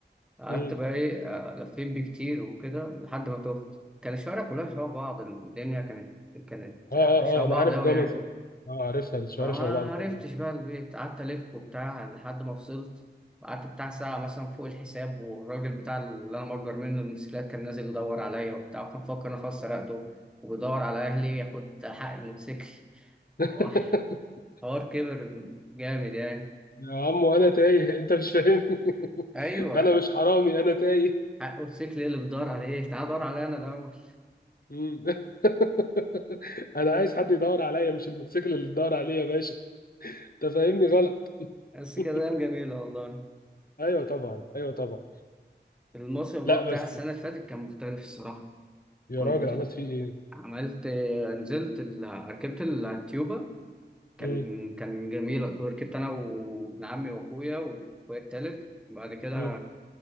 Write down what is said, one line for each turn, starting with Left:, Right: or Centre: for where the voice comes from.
Centre: قعدت
Left: مم.
Centre: بقى إيه آه، لفيت بيه كتير وكده لحد ما تهت كان الشوارع كلها شبه بعض الدنيا كانت كانت
Left: اه
Centre: آه،
Left: اه
Centre: شبه
Left: اه
Centre: بعض
Left: انا عارف
Centre: أوي
Left: جمصة
Centre: يعني
Left: اه عارفها الشوارع
Centre: فما
Left: شبه بعض تقريبا.
Centre: عرفتش بقى البيت قعدت ألف وبتاع لحد ما وصلت قعدت بتاع ساعة مثلا فوق الحساب والراجل بتاع اللي أنا مأجر منه الموتوسيكلات كان نازل يدور عليا وبتاع كان مفكر إن أنا خلاص سرقته وبيدور على أهلي ياخد حق الموتوسيكل <laughs>
Left: <laughs>
Centre: وح- حوار كبر جامد يعني
Left: يا عم انا تايه انت مش فاهمني <laughs>
Centre: ايوه
Left: انا مش حرامي انا تايه
Centre: حق وسيكل ايه اللي بتدور عليه تعال دور عليا انا الاول
Left: مم. <laughs> انا عايز حد يدور عليا مش الموتوسيكل اللي يدور عليا يا باشا انت فاهمني غلط <laughs>
Centre: بس كده ايام جميله والله
Left: ايوه طبعا ايوه طبعا
Centre: المصيف بقى
Left: لا
Centre: بتاع
Left: بس
Centre: السنه اللي فاتت كان مختلف الصراحه
Left: يا
Centre: كنت
Left: راجل عملت فيه ايه
Centre: عملت نزلت ال... ركبت التيوبا كان
Left: مم.
Centre: كان جميل ركبت انا وابن عمي واخويا واخويا التالت بعد كده
Left: مم.